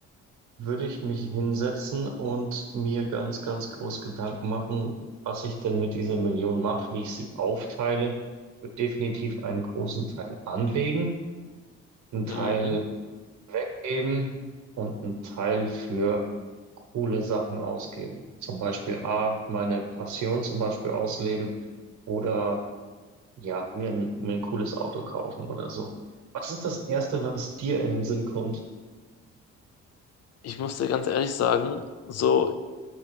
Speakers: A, on the right; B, on the left.
A: würde ich mich hinsetzen und mir ganz, ganz groß Gedanken machen, was ich denn mit dieser Million mache, wie ich sie aufteile. Ich würde definitiv einen großen Teil anlegen, einen
B: Mhm.
A: Teil weggeben und einen Teil für coole Sachen ausgeben. Zum Beispiel A, meine Passion zum Beispiel ausleben oder ja, mir ein, mir ein cooles Auto kaufen oder so. Was ist das Erste, was dir in den Sinn kommt?
B: Ich muss dir ganz ehrlich sagen, so,